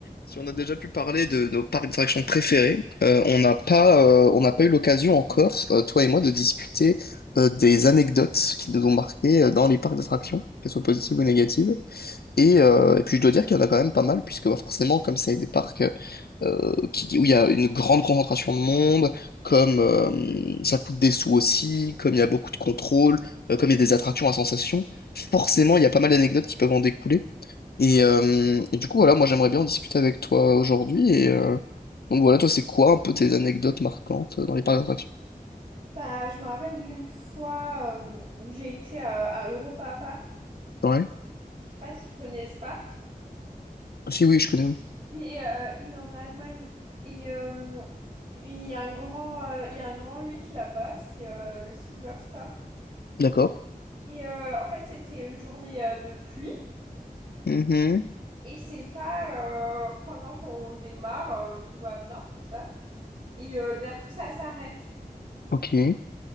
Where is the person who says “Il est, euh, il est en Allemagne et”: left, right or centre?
Right